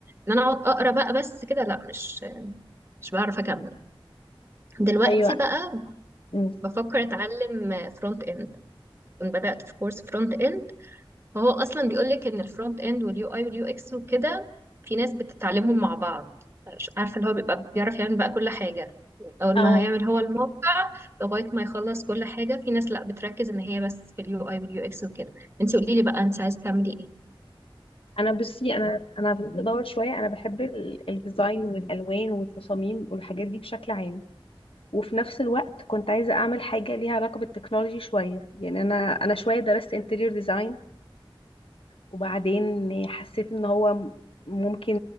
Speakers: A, on the right (about 25°); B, on the left (about 80°).
A: ان انا اقعد اقرا بقى بس كده لا مش مش بعرف اكمل دلوقتي
B: أيوه
A: بقى
B: أمم.
A: بفكر اتعلم فرونت اند كنت بدات في كورس فرونت اند فهو اصلا بيقول لك ان الفرونت اند واليو اي واليو اكس وكده في ناس بتتعلمهم مع بعض مش عارفه اللي هو بيبقى بيعرف يعمل بقى كل حاجه اول
B: اه
A: ما هيعمل هو الموقع لغايه ما يخلص كل حاجه في ناس لا بتركز ان هي بس في اليو اي واليو اكس وكده انت قولي لي بقى انت عايزه تعملي ايه
B: انا بصي انا انا بدات ادور شويه انا بحب ال- الديزاين والالوان والتصاميم والحاجات دي بشكل عام وفي نفس الوقت كنت عايزة أعمل حاجة ليها علاقة بالتكنولوجي شوية يعني أنا أنا شوية درست انتريور ديزاين وبعدين حسيت إن هو ممكن